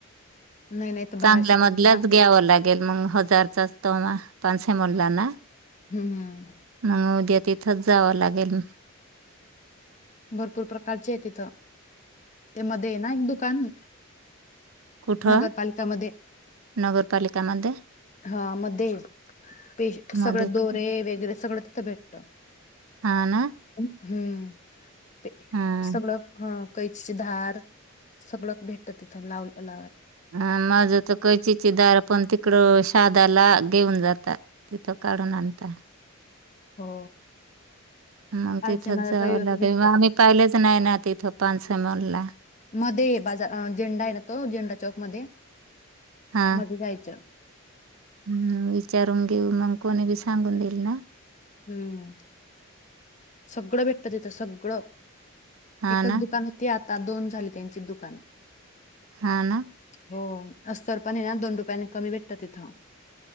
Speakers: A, on the left; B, on the right.
A: नाही नाही तर बाराशे
B: चांगल्यामधल्याच
A: पर्यंत दाखव
B: घ्यावं लागेल मग हजारचाचतमा पांशे मोल्ला ना
A: हम्म हम्म
B: मग उद्या तिथंच जावं लागेल
A: भरपूर प्रकारचे तिथ ते मध्ये ना एक दुकान
B: कुठं
A: नगरपालिकामध्ये
B: नगरपालिकामध्ये
A: हा मध्ये पेज सगळ
B: मध्ये मध्ये
A: दोरे वगैरे सगळ तिथ भेटत
B: हा ना.
A: हम्म. ते
B: हा
A: सगळं हा. कैची धार सगळं भेटत तिथं लाव लावाया.
B: हा माझ तर कैचीची दार पण तिकडं शात. दला घेऊन जातात तिथं काढून आणता.
A: हो.
B: मग
A: पाचशे
B: तिथंच
A: मला
B: जावं
A: रविवारी
B: लागेल
A: भेटत
B: मग आम्ही पाहिलेच नाही ना तिथं. पान समोरला
A: मधे बाजा -अ झेंडा आहे ना तो झेंडा चौक मध्ये
B: हा
A: मधे जायचं.
B: हम्म विचारून घेऊ मग कोणी बी सांगून देईल ना.
A: हम्म. सगळं भेटतं तिथं सगळं.
B: हा
A: एकच
B: ना
A: दुकान होतं त्यात. आता दोन झाले त्यांचे दुकान.
B: हा ना.
A: हो अस्तर पण आहे ना दोन रुपयाने कमी भेटत तिथं.